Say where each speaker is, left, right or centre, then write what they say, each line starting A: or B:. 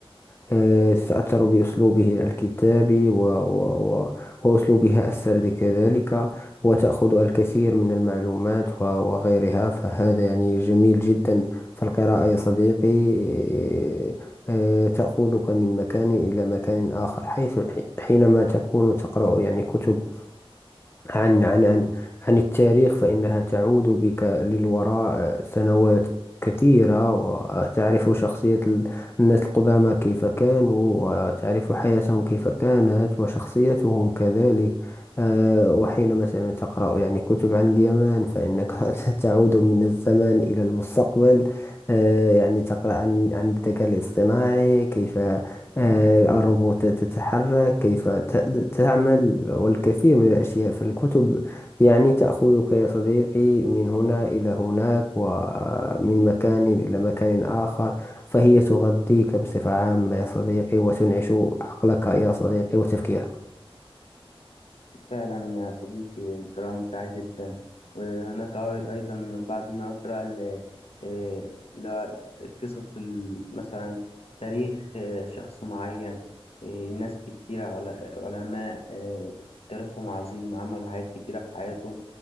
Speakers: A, on the left; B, on the left.
A: آه، تتأثر بأسلوبه الكتابي و- و- و- وأسلوبها السردي كذلك وتأخذ الكثير من المعلومات و- وغيرها فهذا يعني جميل جدا فالقراءة يا صديقي آه، آه، تأخذك من مكان إلى مكان آخر حيث حينما تكون تقرأ يعني كتب عن عن عن عن التاريخ فإنها تعود بك للوراء سنوات كثيرة وتعرف شخصية ال- الناس القدامى كيف كانوا وتعرف حياتهم كيف كانت وشخصيتهم كذلك آه، وحين مثلا تقرأ يعني كتب عن اليمن فإنك <laughs> تعود من الزمان إلى المستقبل آه، يعني تقرأ عن عن الذكاء الاصطناعي كيف آه، الروبوتات تتحرك كيف ت- تعمل والكثير من الأشياء فالكتب يعني تأخذك يا صديقي من هنا إلى هناك ومن مكان إلى مكان آخر فهي تغذيك بصفة عامة يا صديقي وتنعش عقلك يا صديقي وتفكيرك
B: فعلا يا صديقي القراءة ممتعة جدا وهناك أي- أيضا بعد ما أقرأ ال- آه، لا- قصص ال- مثلا تاريخ آه، شخص معين آه، ناس كتيرة عل- علماء آه، تاريخهم عظيم عملوا حاجات كتيرة في حياتهم